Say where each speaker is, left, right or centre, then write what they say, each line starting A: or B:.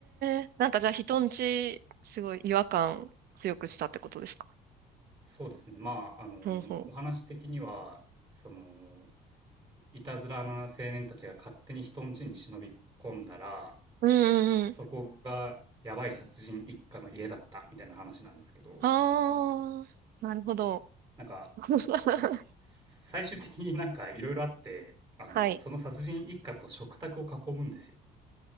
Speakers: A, on the right; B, on the right.
A: え、なんかじゃあ人んち、すごい違和感強くしたってことですか
B: そうですね。まあ、あの、
A: ほうほ
B: お話的には、その、いたずらな青年たちが勝手に人ん家に忍び込んだら、
A: う。うんうんうん。
B: そこがやばい殺人一家の家だったみたいな話なんですけど、
A: ああ、なるほど。
B: なんか、
A: <laughs>
B: 最終的になんかいろいろあって、あの、
A: はい。
B: その殺人一家と食卓を囲むんですよ。